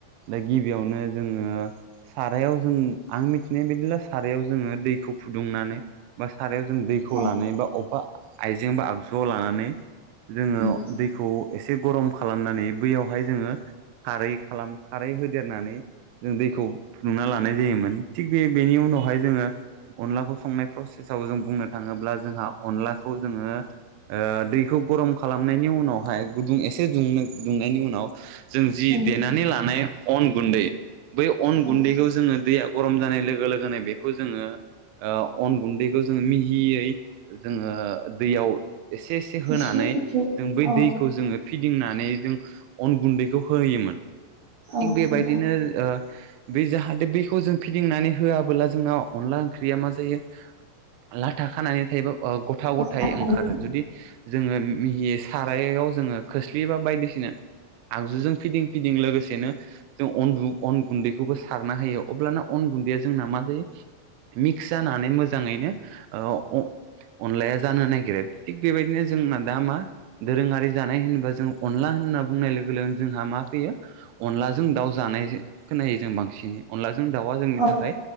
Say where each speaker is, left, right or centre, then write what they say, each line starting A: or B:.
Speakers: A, on the right; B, on the right.
A: दा गिबियावनो जोङो सारायाव जों आं मिथिनाय बादिब्ला सारायाव जोङो दैखौ फुदुंनानै बा सारायाव जों दैखौ
B: औ
A: लानानै बा अबेबा आइजें बा आगजुआव लानानै जोङो
B: उम
A: दैखौ एसे गरम खालामनानै बैयावहाय जोङो खारै खालाम खारै होदेरनानै जों दैखौ फुदुंना लानाय जायोमोन थिग बे बेनि उनावहाय जोङो अनलाखौ संनाय प्रसेस साव जों बुंनो थाङोब्ला जोंहा अनलाखौ जोङो ओ दैखौ गरम खालामनायनि उनावहाय गुदुं एसे दुंनो दुंनायनि उनाव जों जि
B: उम
A: देनानै लानाय अन गुन्दै बै अन
B: औ
A: गुन्दैखौ जोङो दैया गरम जानाय लोगो लोगोनो बेखौ जोङो ओ अन गुन्दैखौ जोङो मिहियै जोङो दैयाव एसे एसे होनानै
B: एसे एसे
A: जों बै
B: औ
A: दैखौ जोङो फिदिंनानै जों अन गुन्दैखौ होयोमोन।
B: औ
A: थिग बेबादिनो
B: नोंथां
A: ओ बे जाहाथे बेखौ जों फिदिंनानै होआबोला जोंनाव अनला ओंख्रिया मा जायो लाथा खानानै थायोबा ओ गथा गथायै
B: औ
A: ओंखारो जुदि मिहि सारायाव जोङो खोस्लि बा बायदिसिना आगजुजों फिदिं फिदिं लोगोसेनो जों अनदु अन गुन्दैखौबो सारना होयो अब्लाना अन गुन्दैया जोंना मा जायो मिक्स जानानै मोजाङैनो ओ अ अनलाया जानो नागिरो थिग बेबायदिनो जोंना दा मा दोरोङारि जानाय होनोबा जों अनला होनना बुंनाय लोगो लोगोनो जोंहा मा फैयो अनलाजों दाउ जानाय खोनायो जों बांसिनै अनला जों दाउआ जोंनि
B: औ
A: थाखाय